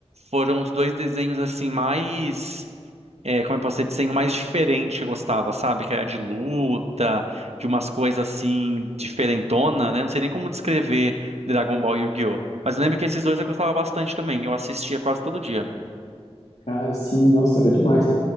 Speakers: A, on the right; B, on the left.
A: foram os dois desenhos assim mais é, como eu posso dizer, desenho mais diferente que eu gostava, sabe? Que era de luta, de umas coisas assim, diferentona, né? Não sei nem como descrever Dragon Ball e Yu-Gi-Oh! Mas eu lembro que esses dois eu gostava bastante também, eu assistia quase todo dia.
B: cara, sim, nossa, era demais.